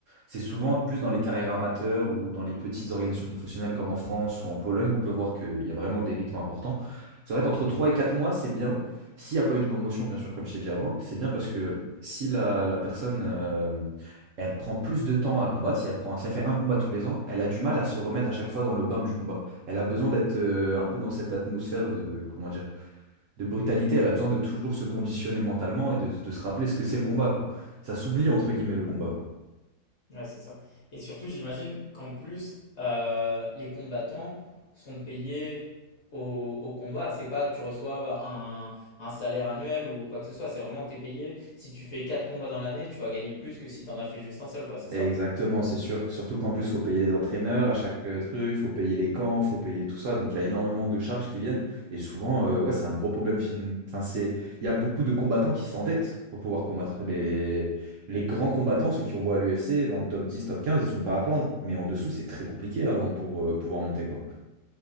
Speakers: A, on the right; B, on the left.
A: C'est souvent plus dans les carrières amateurs ou dans les petites organisations professionnelles comme en France ou en Pologne qu'on peut voir qu'il y a vraiment des rythmes importants. Ça va être entre 3 et 4 mois, c'est bien. S'il n'y a pas eu de commotion, bien sûr, comme je t'ai dit avant, c'est bien parce que si la, la personne euh, elle prend plus de temps à combattre. Si elle prend, si elle fait un combat tous les ans, elle a du mal à se remettre à chaque fois dans le bain du combat. Elle a besoin d'être euh, un peu dans cette atmosphère de, comment dire, de brutalité. Elle a besoin de toujours se conditionner mentalement et de, de se rappeler ce que c'est le combat, quoi. Ça s'oublie, entre guillemets, le combat, quoi.
B: Ouais, c'est ça. Et surtout, j'imagine qu'en plus, euh, les combattants sont payés au, au combat. C'est pas tu reçois bah, un, un salaire annuel ou quoi que ce soit. C'est vraiment t'es payé. Si tu fais quatre combats dans l'année, tu vas gagner plus que si t'en as fait juste un seul, quoi. C'est ça?
A: Exactement, c'est sûr. Surtout qu'en plus, faut payer les entraîneurs à chaque euh, truc, faut payer les camps, faut payer tout ça. Donc, il y a énormément de charges qui viennent. Et souvent, euh, ouais, c'est un gros problème. fin- Enfin, c'est... Il y a beaucoup de combattants qui s'endettent pour pouvoir combattre les... les grands combattants, ceux qui on voit à l'UFC, dans le top 10, top 15, ils sont pas à plaindre. Mais en dessous, c'est très compliqué avant pour euh, pouvoir monter, quoi.